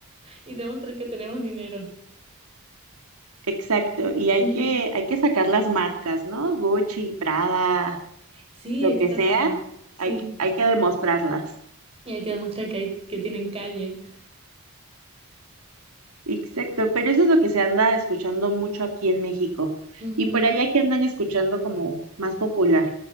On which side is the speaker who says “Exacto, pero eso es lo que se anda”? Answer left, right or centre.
Right